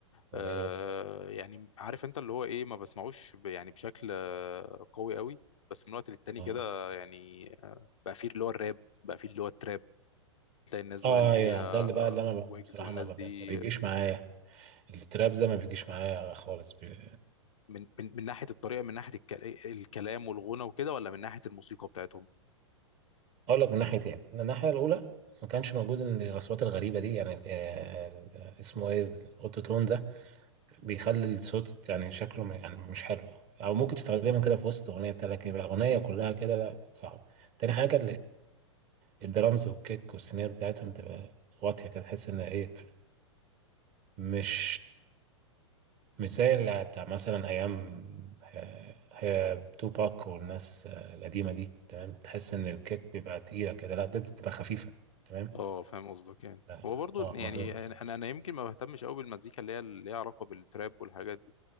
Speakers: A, on the right; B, on the left.
A: ولا
B: آه،
A: ايه الوضع؟
B: يعني عارف انت اللي هو ايه ما بسمعوش ب- يعني بشكل آه، قوي قوي بس من وقت للتاني
A: اه
B: كده يعني بقى فيه اللي هو الراب بقى فيه اللي هو التراب تلاقي الناس
A: اه
B: بقى اللي
A: ايوه
B: هي آه،
A: ده اللي بقى اللي انا ب-
B: ويجز
A: بصراحة
B: والناس
A: ما, ب-
B: دي
A: ما بيجيش معايا الترابز ده ما بيجيش معايا خالص بي...
B: من من من ناحية الطريقة من ناحية الك- الكلام والغنى وكده ولا من ناحية الموسيقى بتاعتهم
A: اقول لك من ناحيتين من الناحية الاولى ما كانش موجود ان الاصوات الغريبة دي يعني آه، ال- اسمه ايه الاوتوتون ده بيخلي الصوت يعني شكله م- يعني مش حلو او ممكن تستخدمه كده في وسط اغنية بتاع لكن يبقى الاغنية كلها كده لا صعب تاني حاجة الدرامز والكيك والسيناريو بتاعتهم تبقى واطية كده تحس ان ايه مش مش زي اللي بتاع مثلا ايام آه، هي توباك والناس آه، القديمة دي تمام تحس ان الكيك بيبقى تقيلة كده لا ده بتبقى خفيفة تمام
B: اه فاهم قصدك يعني
A: اه
B: هو برضو
A: آه،
B: يعني
A: مفهوم
B: انا انا يمكن ما بهتمش قوي بالمزيكا اللي هي اللي ليها علاقة بالتراب والحاجات دي